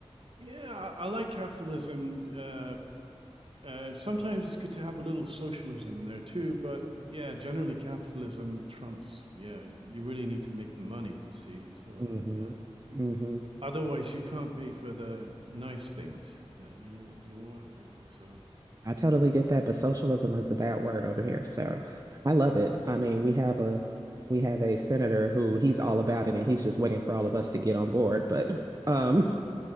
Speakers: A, on the right (about 55°); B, on the right (about 35°).
A: yeah I, I like capitalism uh, uh, sometimes it's good to have a little socialism in there too but yeah generally capitalism trumps yeah you really need to make the money you see so
B: hmm
A: yeah
B: hmm
A: Otherwise, you can't pay for the nice things that you know you want, really. So
B: I totally get that, but socialism is a bad word over here. So I love it. I mean, we have a we have a senator who he's all about it and he's just waiting for all of us to get on board, but um
A: yeah.